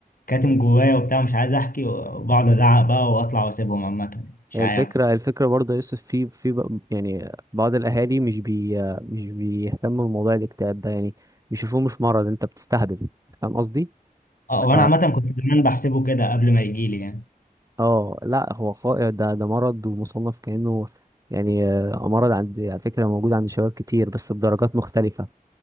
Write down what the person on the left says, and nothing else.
كاتم جوايا وبتاع مش عايز أحكي وبقعد أزعق بقى وأطلع وأسيبهم عامة مش
عارف
أه
وأنا عامة كنت زمان بحسبه كده قبل ما يجيلي يعني